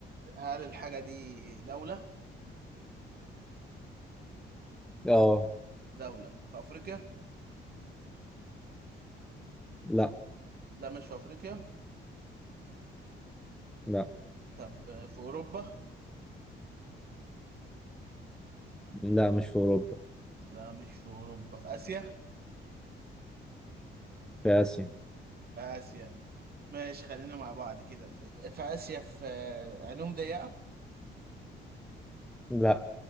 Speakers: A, on the right (about 50°); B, in the centre.
A: هل الحاجة دي دولة
B: اه
A: دولة في افريقيا
B: لا
A: لا مش في افريقيا
B: لا
A: طب في اوروبا
B: لا مش في اوروبا
A: لا مش في اوروبا في اسيا
B: في اسيا
A: في اسيا ماشي خلينا مع بعض كده في, في اسيا في عينهم ضيقة
B: لا